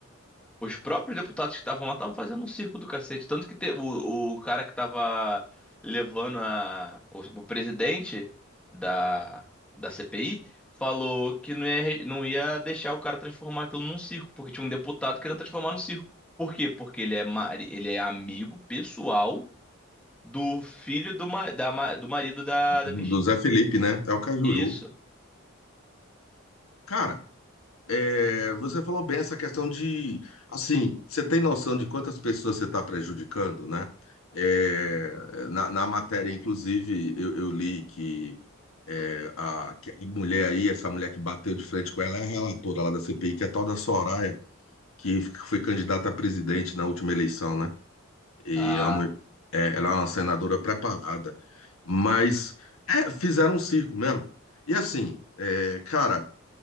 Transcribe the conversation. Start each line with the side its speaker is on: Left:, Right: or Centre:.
Centre: Os próprios deputados que estavam lá estavam fazendo um circo do cacete. Tanto que te- o, o cara que estava levando a, o, o presidente da, da CPI falou que não ia, re- não ia deixar o cara transformar aquilo num circo, porque tinha um deputado querendo transformar no circo. Por quê? Porque ele é, mari- ele é amigo pessoal do filho do, ma- da ma- do marido da, da
Left: Do,
Centre: Virgínia.
Left: do Zé Felipe, né? É o Cajuru.
Centre: Isso.
Left: Cara, É, você falou bem essa questão de, assim, você tem noção de quantas pessoas você está prejudicando, né? É, na, na matéria, inclusive, eu, eu li que, é, a, que a mulher aí, essa mulher que bateu de frente com ela, é a relatora lá da CPI, que é a tal da Soraya, que foi candidata a presidente na última eleição, né? E
Centre: Ah,
Left: é uma mulher- é, ela é uma senadora preparada, mas é, fizeram um circo mesmo. E assim, é, cara,